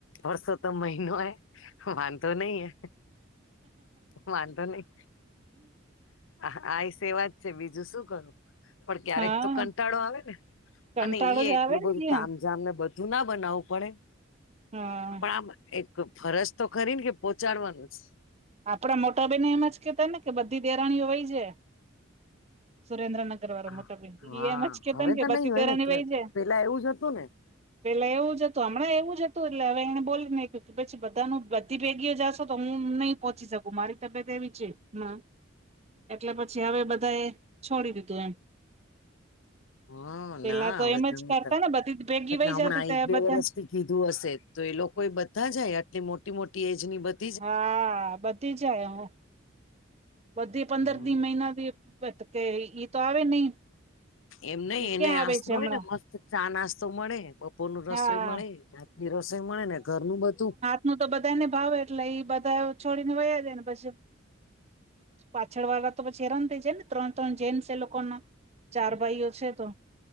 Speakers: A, on the left (about 70°); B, on the right (about 35°).
A: વર્સો તો મહિનો હ વાંધતો નહીિ હ. વાંધો નહી. આઈ સેવા જ છે બીજું શું કરું. પણ ક્યારેક
B: હા
A: તો કંટાળો આવે ને અને
B: કંટાળો
A: ઈ
B: જ
A: એટલું
B: આવે
A: બધું
B: ને યાર
A: તામ. મને બધું ના બનાવવું પડે
B: હા
A: પણ આમ એક ફરજ તો ખરી ને કે. પહોચાડવાનું જ.
B: આપડા મોટા બેને એમ જ કેતા ને કે બધી દેરાણીઓ હોય જાય સુરેન્દ્રનગર. અગરવાો
A: હા
B: મોટા ભિ એ એમ જ કે
A: હવે
B: ત કે
A: તો
B: બધી
A: નઈ હોય
B: તરની
A: ને કે
B: વાય છે.
A: પેલા એવું જ હતું ને
B: પેલા એવું જ હતું હમણાં એવું જ હતું એટલે હવે એને બોલીને્યું કે પછી બધાનું બધી ભેગીઓ જાશો તો હું ન. પોહોચી શકું મારી તબિયત એવી છે હ. એટલે પછી હવે બધા એ છોડી દીધું એમ.
A: હા
B: પેલા
A: ના
B: તો
A: હવે
B: એમ જ
A: નહી
B: કરતા
A: થાય.
B: ને બધી ભેગી
A: એટલે
B: વય
A: હમણાં
B: જતી ત
A: એક બે
B: બધા.
A: વર્ષથી કીધું હશે તો એ લોકો એ બધા જાય આટલી મોટી મોટી એજ ની બધ.
B: હા બધી જાય હું. બધી
A: જાય
B: પંદર દી મહિના કે ઈ તો આવે નહી.
A: એમ નહ
B: એ
A: એને
B: ક્યાં આવે
A: આસ્તો
B: છે
A: હોય
B: હમણાં
A: ને મસ્ત ચા નાસ્તો મળે બપોર ન રસોઈ
B: હા
A: મળે. આતલી રસોઈ મળે ને ઘરનું બધું.
B: નું તો બધા ને ભાવે એટલે એ બધા છોડીને વયા જે ને પછી. પાછળ વાળા તો પછ હેરામ થઈ જાય ને ત્રણ‌ ત્રણ જેન્ટસ એ લોકો ના ચાર ભાઈઓ છે તો.